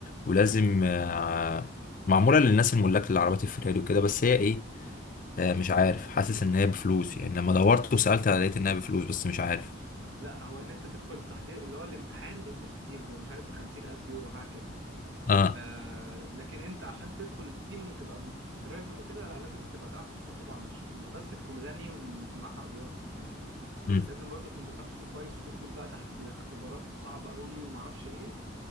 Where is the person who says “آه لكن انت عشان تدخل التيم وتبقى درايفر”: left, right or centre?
Right